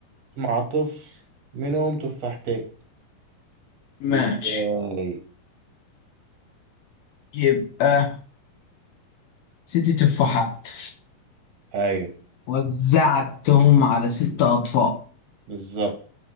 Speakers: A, on the right (about 50°); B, on the left (about 70°).
A: مع طفل منهم تفاحتين
B: ماشي
A: ازاي
B: يبقى ست تفاحات
A: ايوه
B: وزعتهم على ست أطفال
A: بالظبط